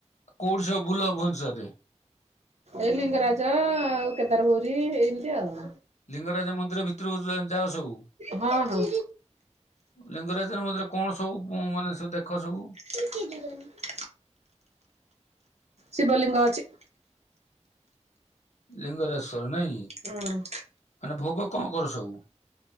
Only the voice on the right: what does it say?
ଏ ଲିଙ୍ଗରାଜ ଆଉ କେଦାର ଗୌରୀ ଏମିତି ଆଉ।
ହଁ ହଁ।
କି କି ଯିବାନ। ଶିବଲିଙ୍ଗ ଅଛି।
ହୁଁ।